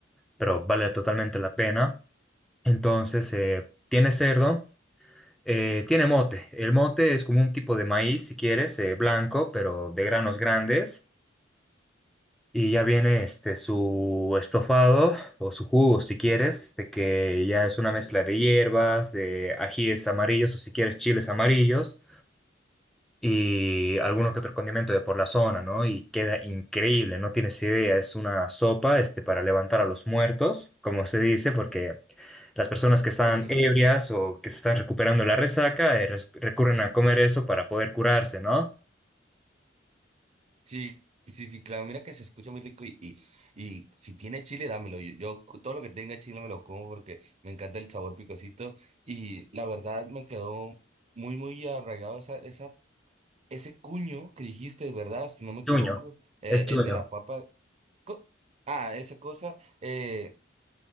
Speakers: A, in the centre; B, on the right (about 35°).
A: pero vale totalmente la pena. Entonces, eh, tiene cerdo, eh, tiene mote. El mote es como un tipo de maíz, si quieres, eh, blanco, pero de granos grandes. Y ya viene este, su estofado o su jugo, si quieres, este, que ya es una mezcla de hierbas, de ajíes amarillos o si quieres chiles amarillos y alguno que otro condimento de por la zona, ¿no? Y queda increíble, no tienes idea, es una sopa, este, para levantar a los muertos, como se dice, porque las personas que están
B: <laughs> Ujú.
A: ebrias o que se están recuperando la resaca, eh, res- recurren a comer eso para poder curarse, ¿no?
B: Sí, sí, sí, claro, mira que se escucha muy rico y, y, y si tiene chile, dámelo. Yo, yo cu- todo lo que tenga chile me lo como porque me encanta el sabor picosito y la verdad me quedó muy, muy arraigado esa, esa, ese cuño que dijiste, ¿verdad? Si no me equivoco,
A: Chuño,
B: eh,
A: es chuño.
B: el de la papa. co- Ah, esa cosa. eh,